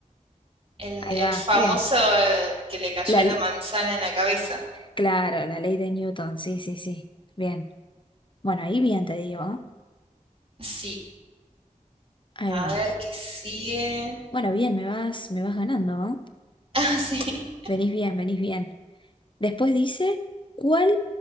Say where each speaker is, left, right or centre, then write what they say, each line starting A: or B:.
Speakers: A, on the right; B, on the left.
A: El,
B: Ahí
A: el
B: va,
A: famoso
B: bien.
A: eh, que le cayó
B: La,
A: la
B: l-
A: manzana en la cabeza.
B: claro, la ley de Newton, sí, sí, sí. Bien. Bueno, ahí bien, te digo. ¿eh?
A: Sí.
B: Ahí
A: A
B: vamos.
A: ver qué sigue. <laughs>
B: Bueno, bien, me vas, me vas ganando, ¿eh?
A: Ah, sí.
B: Venís bien, venís bien. Después dice, ¿cuál?